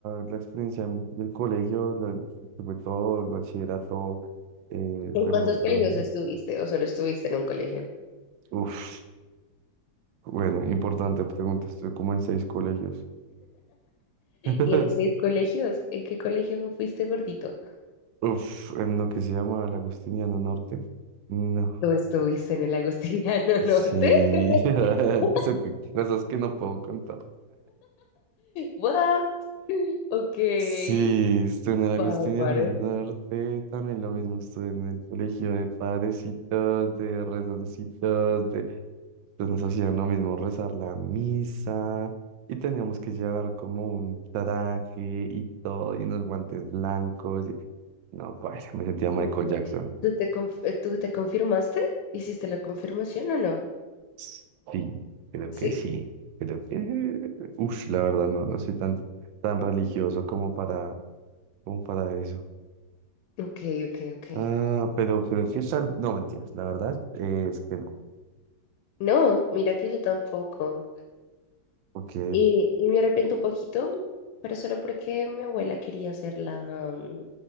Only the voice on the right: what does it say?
la experiencia de mi- del colegio, lo- que fue todo, el bachillerato, eh,
bueno,
todo,
uf, bueno, importante pregunta, estuve como en seis colegios. <laughs>
Uf, en lo que se llama el Agustiniano Norte. No,
sí,
<laughs>
eso que, cosas que no puedo contar.
Sí, estuve en el Agustiniano
Norte, también lo mismo, estuve en el colegio de padrecitos, de rezoncitos, de... pues nos hacían lo mismo rezar la misa y teníamos que llevar como un traje y todo y unos guantes blancos. y- No, pues me sentía Michael
Jackson.
Sí, creo
que sí, creo que... Uf, la verdad no, no soy tan, tan religioso como para, como para eso.
Ah, pero creo que tal. No, mentiras, la verdad es que no.
Ok.